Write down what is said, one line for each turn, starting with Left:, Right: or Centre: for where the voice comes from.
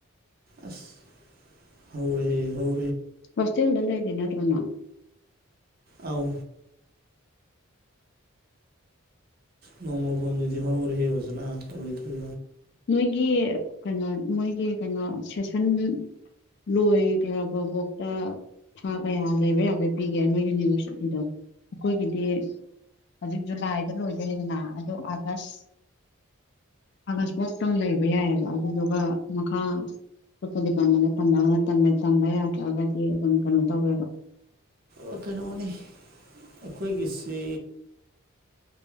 Right: ꯑꯁ ꯍꯧꯔꯦ ꯍꯧ
Left: ꯐꯁꯦꯜꯗꯂ ꯑꯗꯨꯦꯅ ꯑꯗꯨꯨ ꯅ
Right: ꯑꯥꯎ ꯅꯣꯡꯃꯣ ꯐꯣꯝꯗꯨꯗꯤ ꯍꯧꯔꯦ ꯍꯦ ꯑꯣꯖꯅ ꯇꯧ ꯇꯧ
Left: ꯅꯣꯏꯒꯤ ꯀꯩꯅꯣ ꯃꯣꯏꯒꯤ ꯀꯩꯅꯣ ꯁꯦꯁꯟ ꯂꯣꯏ ꯈꯕꯥꯕꯨꯣꯛꯣꯛ ꯊꯥ ꯀꯌꯥ ꯂꯩꯕ ꯌꯥꯕꯩ ꯄꯤꯒꯦ ꯅꯣꯏ ꯌꯨꯅꯤꯚꯔꯁꯤꯇꯤꯗꯣ ꯑꯩꯈꯣꯏꯒꯤꯗꯤ ꯍꯧꯖꯤꯛ ꯖꯨꯂꯥꯏꯗ ꯂꯣꯏꯗꯣꯏꯔꯤꯗꯅ ꯑꯗ ꯑꯥꯒꯁ ꯑꯁ ꯑꯗꯨ ꯂꯩꯕ ꯌꯥꯏꯑꯕ ꯑꯗꯨꯗꯨꯒ ꯃꯈꯥ ꯑꯇꯣꯄ ꯗꯤꯄꯥꯔꯠꯃꯦꯟꯗ ꯇꯝꯕ ꯌꯥꯗ꯭ꯔꯒꯗꯤ ꯑꯗꯨꯝ ꯀꯩꯅꯣ ꯇꯧꯋꯦꯕ
Right: ꯑꯣ ꯀꯩꯅꯣꯅꯤ ꯑꯩꯈꯣꯏꯒꯤꯁꯤ